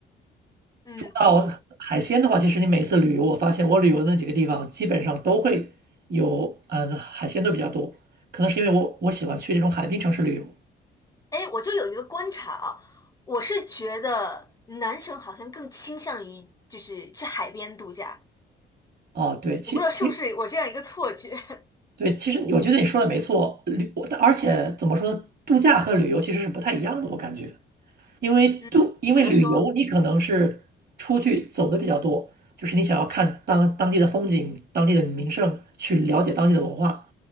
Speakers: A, on the left (about 20°); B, on the right (about 50°).
A: 嗯嗯，
B: 到海鲜的话，其实你每次旅游，我发现我旅游的那几个地方基本上都会有，嗯，海鲜都比较多，可能是因为我我喜欢去这种海滨城市旅游。
A: 哎，我就有一个观察啊，我是觉得男生好像更倾向于就是去海边度假，
B: 哦，对，其其
A: 我不知道是不是我这样一个错觉。<laughs>
B: 对，其实我觉得你说的没错，旅我而且怎么说呢，度假和旅游其实是不太一样的，我感觉，因为度因为旅游你可能是出去走的比较多，
A: 嗯，怎么说？
B: 就是你想要看当当地的风景、当地的名胜，去了解当地的文化。